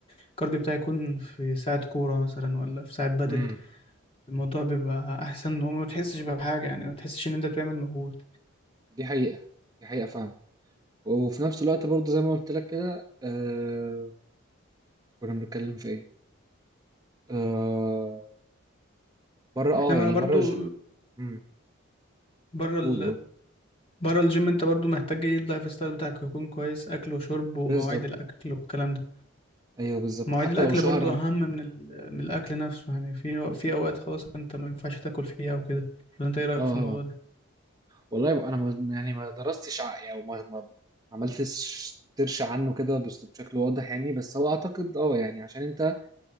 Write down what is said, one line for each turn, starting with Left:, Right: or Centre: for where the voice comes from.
Left: الكارديو بتاعي يكون في ساعة كورة مثلا ولا في ساعة بدل
Right: امم
Left: الموضوع بيبقى أحسن وما تحسش بحاجة يعني ما تحسش إن أنت بتعمل مجهود
Right: دي حقيقة دي حقيقة فعلا وفي نفس الوقت برضه زي ما قلت لك كده آه... كنا بنتكلم في ايه آه... بره اه
Left: احنا بقى
Right: يعني
Left: برضو
Right: بره ج... مم.
Left: بره
Right: قول
Left: ال
Right: قول
Left: بره الجيم انت برضو محتاج ايه اللايف ستايل بتاعك يكون كويس اكل وشرب ومواعيد
Right: بالظبط
Left: الاكل والكلام ده
Right: ايوه بالظبط
Left: مواعيد
Right: حتى
Left: الاكل
Right: لو شهر
Left: برضو اهم من ال... من الاكل نفسه يعني في في اوقات خلاص انت ما ينفعش تاكل فيها وكده ولا انت ايه رايك
Right: اه آه،
Left: في الموضوع
Right: آه.
Left: ده
Right: والله يبقى انا ما... يعني ما درستش ع- يعني ما... ما عملتش سيرش عنه كده بس- بشكل واضح يعني بس هو اعتقد اه يعني عشان انت